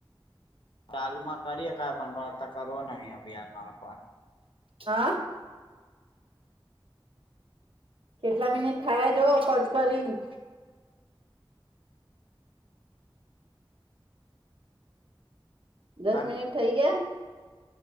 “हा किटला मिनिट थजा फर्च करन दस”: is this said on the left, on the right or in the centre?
Right